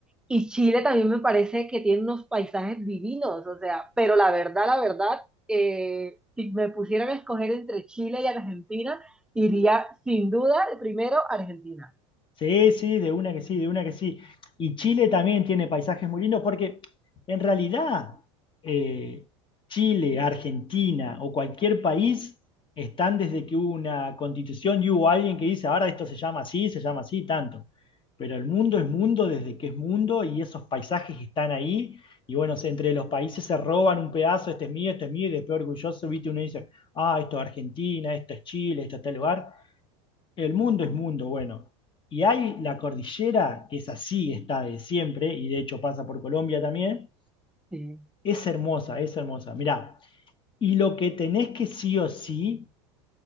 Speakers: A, in the centre; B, on the left.
A: Y Chile también me parece que tiene unos paisajes divinos, o sea, pero la verdad, la verdad, eh, si me pusieran a escoger entre Chile y Argentina, iría sin duda primero a Argentina.
B: Sí, sí, de una que sí, de una que sí. Y Chile también tiene paisajes muy lindos porque en realidad eh, Chile, Argentina o cualquier país están desde que hubo una constitución y hubo alguien que dice, ahora esto se llama así, se llama así, tanto. Pero el mundo es mundo desde que es mundo y esos paisajes están ahí. Y bueno, se- entre los países se roban un pedazo, este es mío, este es mío, y después orgulloso, viste, uno dice, ah, esto es Argentina, esto es Chile, esto es tal lugar. El mundo es mundo, bueno. Y hay la cordillera, que es así, está de siempre, y de hecho pasa por Colombia también.
A: Sí.
B: Es hermosa, es hermosa. Mirá, y lo que tenés que sí o sí